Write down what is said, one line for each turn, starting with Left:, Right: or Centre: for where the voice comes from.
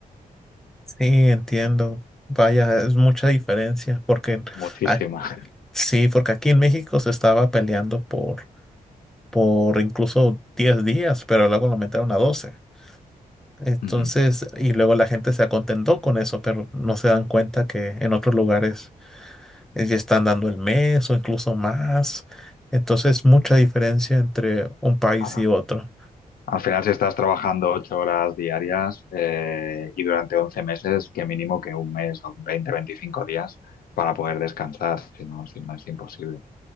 Centre: Sí, entiendo. Vaya, es mucha diferencia, porque
Left: muchísimas.
Centre: a- sí, porque aquí en México se estaba peleando por, por incluso 10 días, pero luego lo aumentaron a doce
Left: <laughs>
Centre: Entonces,
Left: Ujú.
Centre: y luego la gente se acontentó con eso, pero no se dan cuenta que en otros lugares eh, que están dando el mes o incluso más. Entonces, mucha diferencia entre un país
Left: Claro.
Centre: y otro.
Left: Al final, si estás trabajando ocho horas diarias eh, y durante 11 meses, que mínimo que un mes o veinte, 25 días para poder descansar, si no, si no es imposible.